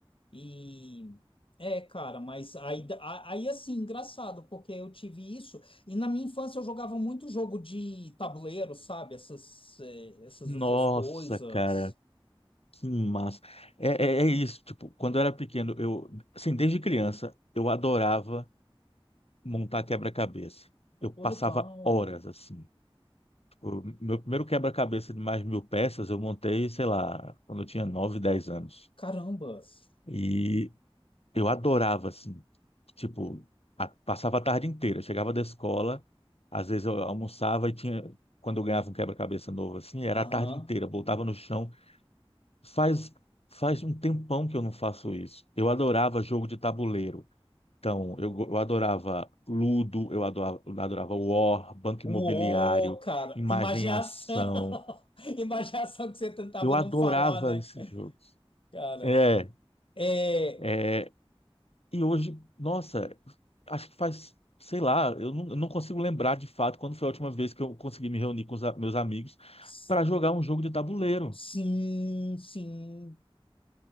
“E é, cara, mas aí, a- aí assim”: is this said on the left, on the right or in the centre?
Left